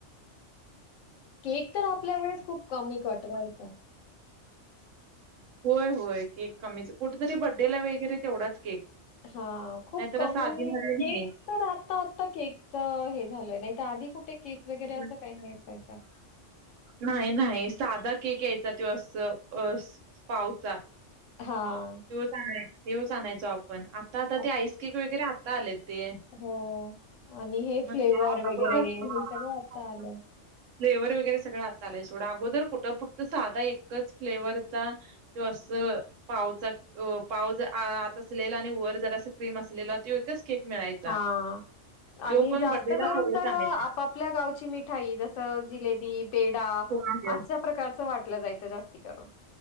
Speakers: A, on the left (about 80°); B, on the right (about 85°).
A: केक तर आपल्या वेळेस खूप कमी कट व्हायचा.
B: होय होय. केक कमीच, कुठ तरी बड्डेला वगरे तेवढाच केक
A: हा.. खूप
B: नाहीतर
A: कमी,
B: असं आधी मधी
A: केक
B: नाही
A: तर आता आता केक च हे झालंय. नाही आधी कुठे? केक
B: <inaudible>
A: वगैरे असं काही नाही असायचं.
B: न्हाई न्हाई. साधं केक यायचा तो अस असं पावचा
A: हां,
B: त्योच आणाय, त्याच आणायचो आपण. आता आता
A: आत
B: ते आईसकेक वगैरे आत्ता आलेत. ते
A: हो.. आणि हे
B: मग
A: फ्लेवर
B: ते अगोदर
A: वेगरे हे सगळं आता आलं.
B: फ्लेवर वेगरे सगळं आत्ता आलंय सोडा. अगोदर कुठं फक्त साधा एकच फ्लेवरचा जो अस पाव पाव आत असलेला आणि वर जरासं क्रीम असलेला त्यो एकच केक मिळायचा.
A: हा.... आणि
B: तो पण
A: जास्त
B: बड्डेला
A: करून
B: तेवढंच
A: तर
B: आणायचा.
A: आपापल्या गावची मिठाई जसं जिलेबी, पेढा
B: होय
A: अशा प्रकारचं वाटलं जायचं जास्ती करून.